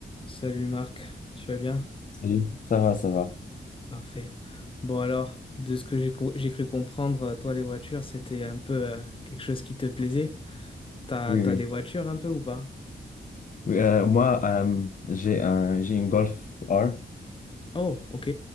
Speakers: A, on the left (about 25°); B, on the left (about 45°).
A: Salut Marc, tu vas bien?
B: Salut. Ça va, ça va.
A: Parfait. Bon alors, de ce que j'ai co- j'ai cru comprendre, euh, toi les voitures, c'était un peu euh, quelque chose qui te plaisait. T'as,
B: Oui,
A: t'as
B: oui.
A: des voitures un peu ou pas?
B: Oui, euh, moi, euh, j'ai un, j'ai une Golf R.
A: Oh, ok.